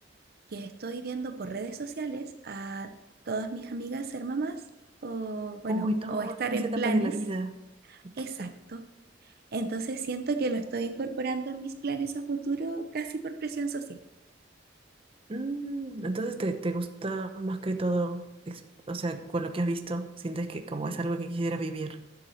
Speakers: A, on the right; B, on the right.
A: que estoy viendo por redes sociales a todas mis amigas ser mamás o, bueno,
B: Uy, no,
A: o estar
B: esa
A: en
B: etapa
A: planes.
B: de la vida. Ok.
A: Exacto. Entonces siento que lo estoy incorporando en mis planes a futuro casi por presión social.
B: Mm, entonces te, te gusta más que todo, ex- o sea, con lo que has visto, sientes que como es algo que quisiera vivir.